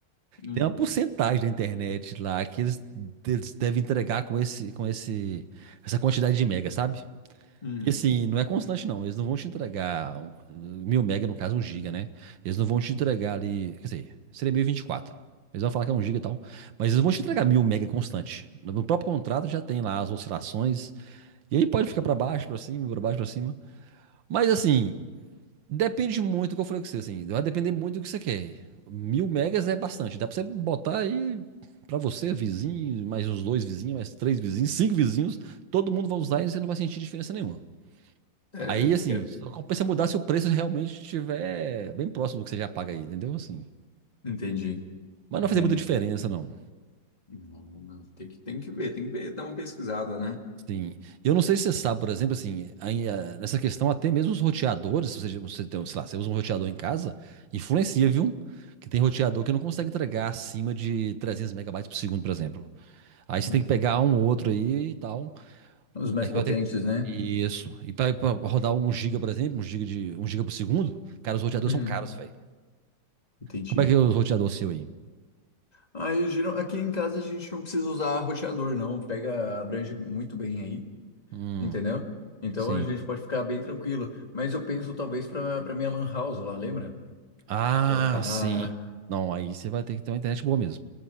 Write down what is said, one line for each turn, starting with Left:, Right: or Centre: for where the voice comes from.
Left: Hum,
Right: tem uma porcentagem da internet lá que eles, eles devem entregar com esse, com esse, essa quantidade de mega, sabe?
Left: hum.
Right: E assim, não é constante não. Eles não vão te entregar um- mil mega, no caso um giga, né? Eles não vão te entregar ali, quer dizer, seria 1024. Eles vão falar que é um giga e tal, mas eles não vão te entregar mil mega constante. No próprio contrato já tem lá as oscilações. E aí pode ficar pra baixo, pra cima, pra baixo, pra cima. Mas assim, Depende muito do que eu falei com você, assim. Vai depender muito do que você quer. Mil megas é bastante. Dá pra você botar aí pra você, vizinho, mais uns dois vizinhos, mais três vizinhos, cinco vizinhos. Todo mundo vai usar e você não vai sentir diferença nenhuma.
Left: Sério?
Right: Aí, assim,
Left: Que é-
Right: só compensa mudar se o preço realmente estiver bem próximo do que você já paga aí, entendeu? Assim.
Left: Entendi,
Right: Mas
Left: entendi.
Right: não vai fazer muita diferença, não.
Left: Não, não, Tem que, tem que ver, tem que ver, dar uma pesquisada, né?
Right: Sim. E eu não sei se você sabe, por exemplo, assim, aí, ah, nessa questão até mesmo os roteadores, se você, você tem, sei lá, você usa um roteador em casa, influencia, viu? Que tem roteador que não consegue entregar acima de 300 megabytes por segundo, por exemplo. Aí
Left: É,
Right: você tem que pegar um ou outro aí e tal.
Left: Os mais
Right: Aí vai
Left: potentes,
Right: ter que...
Left: né?
Right: Isso. E pra, pra rodar um giga, por exemplo, um giga de, um giga por segundo, cara, os roteadores
Left: Hum,
Right: são caros, velho.
Left: entendi.
Right: Como é que é o roteador seu aí?
Left: Aí, geral- aqui em casa a gente não precisa usar roteador, não. Pega, abrange muito bem aí,
Right: Hum,
Left: entendeu? Então
Right: sim.
Left: a gente pode ficar bem tranquilo. Mas eu penso talvez pra, pra minha lan house lá, lembra?
Right: Ah,
Left: Colocar.
Right: sim. Não, aí você vai ter que ter uma internet boa mesmo.